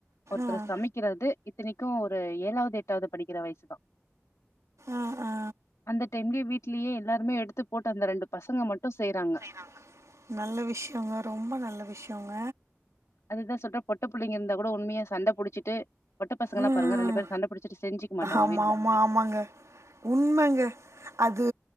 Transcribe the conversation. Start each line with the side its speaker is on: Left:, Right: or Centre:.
Left: ஒருத்தர்
Right: ஆ
Left: சமைக்கிறது இத்தனைக்கு ஒரு ஏழாவது எட்டாவது படிக்கிற வயசு தா
Right: ஆ ஆ
Left: அந்த டைம்லயே வீட் டுலயே எல்லாருமே எடுத்து போட்டு அந்த ரெண்டு பசங்க மட்டு செய்யறாங்க
Right: ஆமா நல்ல விஷியங்க ரொம்ப நல்ல விஷியங்க
Left: அதுதா சொல்றே பொட்ட புள்ளைங்க இருந்தா கூட உண்மையா சண்டை புடிச்சிட்டு பொட்ட பசங்க எல்லா
Right: ம்
Left: பாருங்க ரெண்டு பேரு சண்ட புடிச்சுட்டு செஞ்சுக்க மாட்டங்க
Right: ஆமா,
Left: வீட்டுல
Right: ஆமா, ஆமாங்க உண்மைங்க அது